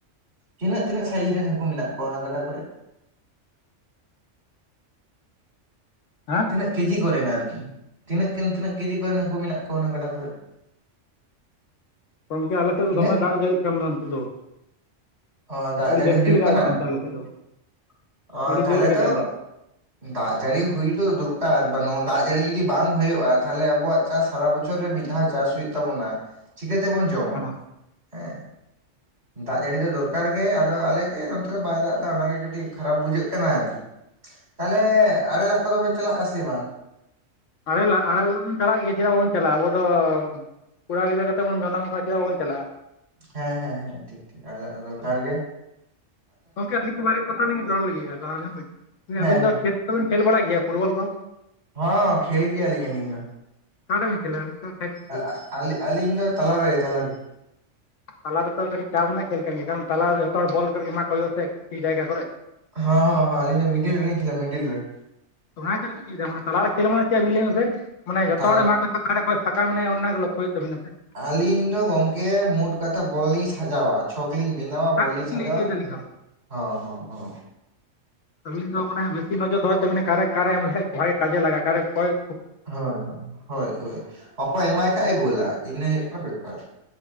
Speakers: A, on the right; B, on the left.
A: ᱛᱤᱱᱟᱹᱜ ᱛᱤᱱᱟᱹᱜ ᱥᱟᱭᱤᱡ ᱨᱤᱱ ᱦᱟᱹᱠᱩ ᱢᱮᱱᱟᱜ ᱠᱚᱣᱟ ᱚᱱᱟ ᱜᱟᱰᱟ ᱠᱚᱨᱮ?
B: ᱦᱮᱸ
A: ᱛᱤᱱᱟᱹᱜ ᱠᱮᱡᱤ ᱠᱚᱨᱮᱱ ᱟᱨᱠᱤ, ᱛᱤᱱᱟᱹᱜ ᱠᱮᱡᱤ ᱠᱚᱨᱮᱱ ᱦᱟᱹᱠᱩ ᱢᱮᱱᱟᱜ ᱠᱚᱣᱟ ᱚᱱᱟ ᱜᱟᱰᱟ ᱠᱚᱨᱮ?
B: ᱜᱚᱝᱠᱮ ᱟᱞᱮ ᱥᱮᱫ ᱫᱚ
A: ᱛᱤᱱᱟᱹᱜ
B: ᱫᱚᱢᱮ
A: ᱠᱤ
B: ᱫᱟᱜ ᱡᱟᱹᱲᱤᱜ ᱠᱟᱱ ᱫᱚ ᱱᱤᱛᱳᱜ ᱫᱚ?
A: ᱚ ᱫᱟᱜ
B: ᱟᱹᱰᱤ
A: ᱡᱟᱹᱲᱤ
B: ᱡᱟᱹᱥᱛᱤ
A: ᱦᱩᱭᱩᱼᱜ
B: ᱜᱮ ᱫᱟᱜ
A: ᱠᱟᱱᱟ
B: ᱮᱫ ᱠᱟᱱ ᱛᱟᱞᱮ ᱥᱮᱫ ᱫᱚ
A: ᱾ ᱚ
B: ᱟᱹᱰᱤ
A: ᱛᱟᱦᱚᱞᱮ
B: ᱡᱳᱨ ᱜᱮ
A: ᱛᱚ
B: ᱫᱟᱜ ᱮᱫᱟᱭ
A: ᱫᱟᱜ ᱡᱟᱲᱤ ᱦᱩᱭ ᱫᱚ ᱫᱚᱨᱠᱟᱨ ᱾ ᱵᱟ ᱱᱚᱣᱟ ᱫᱟᱜ ᱡᱟᱹᱲᱤ ᱡᱩᱫᱤ ᱵᱟᱝ ᱦᱩᱭᱩᱜᱼᱟ᱾ ᱛᱟᱦᱚᱞᱮ ᱟᱵᱚᱣᱟᱜ ᱪᱟᱥ ᱥᱟᱨᱟ ᱵᱚᱪᱷᱚᱨ ᱨᱮ ᱢᱤᱫ ᱫᱷᱽᱟᱣ ᱪᱟᱥ ᱦᱩᱭᱩᱜ ᱛᱟᱵᱚᱱᱟ ᱾ ᱪᱤᱠᱟᱹᱛᱮᱵᱚᱱ ᱡᱚᱢᱟ
B: ᱦᱮᱸ
A: ᱦᱮᱸ ᱫᱟᱜ ᱡᱟᱹᱲᱤ ᱫᱚ ᱫᱚᱨᱠᱟᱨ ᱜᱮ, ᱟᱫᱚ ᱟᱞᱮᱜᱮ ᱱᱚᱱᱛᱮ ᱫᱚ ᱵᱟᱭ ᱫᱟᱜ ᱫᱟ᱾ ᱚᱱᱟᱜᱮ ᱠᱟᱹᱴᱤᱡ ᱠᱷᱟᱨᱟᱯ ᱵᱩᱡᱷᱟᱹᱜ ᱠᱟᱱᱟ ᱟᱨᱠᱤ ᱾ ᱛᱟᱦᱚᱞᱮ ᱟᱲᱮ ᱞᱟᱜ ᱠᱚᱼᱫᱚ ᱵᱮᱱ ᱪᱟᱞᱟᱜᱼᱟ ᱥᱮ ᱵᱟᱝ?
B: ᱟᱲᱮ ᱞᱟᱜ, ᱟᱲᱮ ᱞᱟᱜ ᱵᱚᱱ ᱪᱟᱞᱟᱜ ᱜᱮᱭᱟ ᱾ᱪᱮᱫᱟᱜ ᱵᱟᱵᱚᱱ ᱪᱟᱞᱟᱜᱼᱟ᱾ ᱟᱵᱚ ᱫᱚ ᱠᱚᱲᱟ ᱜᱤᱫᱨᱟᱹ ᱠᱟᱛᱮᱫ ᱵᱚᱱ ᱡᱚᱱᱚᱢ ᱠᱟᱱᱟ᱾ ᱪᱮᱫᱟᱜ ᱵᱟᱵᱚᱱ ᱪᱟᱞᱟᱜᱼᱟ ᱾
A: ᱦᱮᱸ ᱦᱮᱸ ᱦᱮᱸ ᱴᱷᱤᱠ ᱴᱷᱤᱠ ᱟᱲᱮ ᱞᱟᱜ ᱫᱚ ᱫᱚᱨᱠᱟᱨ ᱜᱮ ᱾
B: ᱜᱚᱝᱠᱮ ᱟᱹᱞᱤᱧ ᱵᱟᱨᱭᱟ ᱠᱟᱛᱷᱟ ᱞᱤᱧ ᱨᱚᱲ ᱞᱟᱹᱜᱤᱫ᱾ ᱟᱫᱚ ᱟᱸᱡᱚᱢ ᱵᱤᱱ, ᱡᱮ
A: ᱦᱮᱸ
B: ᱟᱹᱵᱤᱱ
A: ᱦᱮᱸ
B: ᱫᱚ ᱠᱷᱮᱞ ᱠᱚᱵᱮᱱ ᱠᱷᱮᱞ ᱵᱟᱲᱟᱭ ᱜᱮᱭᱟ ᱯᱷᱩᱴᱵᱚᱞ ᱠᱚ?
A: ᱦᱚᱸ - ᱠᱷᱮᱞ ᱜᱮᱭᱟᱞᱤᱧ ᱟᱞᱤᱧ ᱫᱚ ᱾
B: ᱚᱠᱟ ᱴᱷᱮᱱ ᱵᱮᱱ ᱠᱷᱮᱞᱟ? ᱵᱤᱱ ᱠᱷᱮᱞᱟ
A: ᱟ-ᱟ- ᱟᱞᱤᱧ ᱫᱚ ᱛᱟᱞᱟᱨᱮ ᱛᱟᱞᱟᱨᱮ
B: ᱛᱟᱞᱟ ᱨᱮᱛᱚ ᱠᱟᱹᱴᱤᱡ ᱪᱟᱯ ᱨᱮᱱᱟᱜ ᱠᱷᱮᱞ ᱠᱟᱱ ᱜᱮᱭᱟ᱾ ᱠᱟᱨᱚᱱ ᱛᱟᱞᱟᱨᱮ ᱫᱚ ᱡᱷᱚᱛᱚ ᱦᱚᱲ ᱵᱚᱞ ᱠᱚ ᱮᱢᱟ ᱠᱚ ᱦᱩᱭᱩᱜᱼᱟ᱾ ᱥᱮ ᱴᱷᱤᱠ ᱡᱟᱭᱜᱟ ᱠᱚᱨᱮ ᱾
A: ᱦᱮᱸ ᱦᱮ ᱟᱹᱞᱤᱧ ᱫᱚ ᱢᱤᱰᱤᱞ ᱨᱮᱞᱤᱧ ᱠᱷᱮᱞᱟ ᱢᱤᱰᱤᱞ ᱨᱮ ᱾
B: <unintelligible> ᱛᱟᱞᱟ ᱨᱮ ᱠᱷᱮᱞ ᱢᱟᱱᱮ ᱪᱮᱫ ᱟᱵᱤᱱ ᱞᱟᱹᱭ ᱵᱮᱱ ᱥᱮ? ᱢᱟᱱᱮ ᱡᱚᱛᱚ
A: ᱛᱟᱞ
B: ᱦᱚᱲ ᱮᱢᱟ ᱠᱚ ᱚᱠᱟᱨᱮ, ᱠᱚᱭ ᱯᱷᱟᱠᱟ ᱢᱮᱱᱟᱭᱟ, ᱚᱱᱟ ᱜᱮ ᱞᱚᱠᱠᱷᱚ ᱦᱩᱭᱩᱜ ᱛᱟᱵᱤᱱᱟ ᱥᱮ ᱾
A: ᱟᱹᱞᱤᱧ ᱫᱚ ᱜᱚᱝᱠᱮ ᱢᱳᱴ ᱠᱟᱛᱷᱟ ᱵᱚᱞ ᱞᱤᱧ ᱥᱟᱡᱟᱣ-ᱟ ᱾ ᱪᱷᱚᱠ ᱞᱤᱧ ᱵᱮᱱᱟᱣᱟ-
B: ᱚᱱᱟ
A: ᱵᱚᱞ
B: ᱜᱮᱞᱤᱧ
A: ᱞᱤᱧ ᱥᱟᱡᱟᱣᱟ
B: ᱞᱟᱹᱭ ᱦᱚᱪᱚᱭᱮᱫᱟ ᱟᱹᱞᱤᱧ ᱫᱚ
A: ᱦᱚᱸ ᱦᱚᱸ ᱦᱚᱸ
B: ᱤᱧ ᱫᱚ ᱢᱟᱱᱮ ᱱᱚᱡᱚᱨ ᱫᱚᱦᱚᱭ ᱛᱟᱵᱮᱱᱟ ᱾ ᱠᱟᱨᱮ ᱠᱟᱨᱮ ᱮᱢ ᱞᱮᱠᱷᱟᱡ ᱵᱷᱟᱜᱮ ᱠᱟᱡᱮ ᱞᱟᱜᱼᱟ ᱠᱟᱨᱮ ᱠᱚᱭ
A: ᱦᱳᱭ-ᱦᱳᱭ, ᱦᱳᱭ ᱦᱳᱭ ᱚᱠᱚᱭ ᱮᱢᱟᱭ ᱠᱷᱟᱡ ᱮ ᱜᱳᱞᱟ᱾ ᱤᱱᱟᱹ ᱦᱩᱭᱩᱜ ᱠᱟᱱᱟ ᱵᱮᱯᱟᱨ ᱾